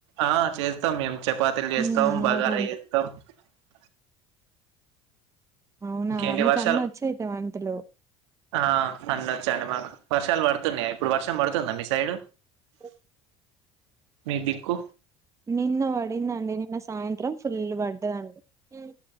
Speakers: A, on the right; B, on the right.
A: ఆ చేస్తాం మేము చపాతీలు చేస్తాం
B: హ్మ్
A: బగారా
B: అవునండి
A: చేస్తాం ఆ
B: అవునా
A: ఇంకేంటి
B: మీకు
A: వర్షాలు
B: అన్ని వచ్చయితే వంటలు
A: ఆ అన్ని వచ్చండి మాకు వర్షాలు పడుతున్నాయా ఇప్పుడు వర్షం పడుతుందా మీ సైడు
B: త
A: మీ మీకు
B: నిన్న పడిందండి నిన్న సాయంత్రం ఫుల్ పడ్డదండి మ్